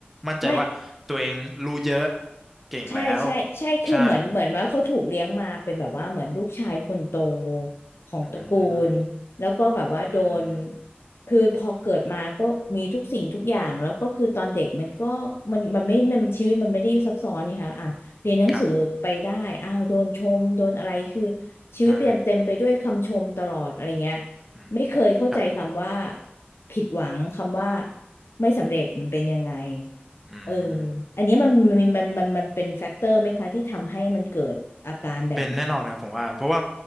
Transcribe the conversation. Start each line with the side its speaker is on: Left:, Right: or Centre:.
Centre: มั่นใจว่าตัวเองรู้เยอะ
Left: ไม่
Centre: เก่งแล้ว
Left: ใช่ใช่ใช่คือเหมือนเหมือนว่าเขาถูกเลี้ยงมาเป็นแบบว่าเหมือนลูกชายคนโต
Centre: ใช่
Left: ของตระกูลแล้วก็แบบว่าโดน
Centre: อืมอืม
Left: คือพอเกิดมาก็มีทุกสิ่งทุกอย่างแล้วก็คือตอนเด็กมันก็มันมันไม่มันชีวิตมันไม่ได้ซับซ้อนนี่ค่ะอ่ะเรียนหนังสือไปได้อ้าวโดนชมโดนอะไรคือ
Centre: ครับ
Left: ชีวิตเต็มเต็มไปด้วยคำชมตลอดอะไรเงี้ย
Centre: ใช่อืม
Left: ไม่เคยเข้าใจคำว่า
Centre: ครับ
Left: ผิดหวังคำว่าไม่สำเร็จมันเป็นยังไง
Centre: อืม
Left: เอออันเนี้ยมันมันมันมันมันเป็นแฟกเตอร์ไหมคะที่ทำให้มันเกิดอาการแบบเนี้ย
Centre: เป็นแน่นอนครับผมว่าเพราะว่า